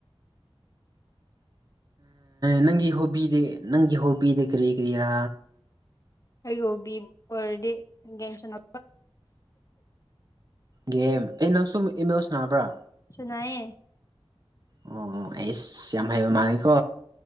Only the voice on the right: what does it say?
ꯅꯪꯒꯤ ꯍꯣꯕꯤꯗ ꯅꯪꯒꯤ ꯍꯣꯕꯤꯤꯗ ꯀꯔꯤ ꯀꯔꯤꯔ
ꯒꯦꯝ ꯑꯦ ꯅꯪ ꯁꯨꯝ ꯏꯃꯦꯜꯁ ꯅꯥꯕ꯭ꯔꯥ
ꯑꯣ ꯑꯩꯁ ꯌꯥꯝ ꯍꯩꯕ ꯃꯥꯥꯟꯂꯦꯀꯣ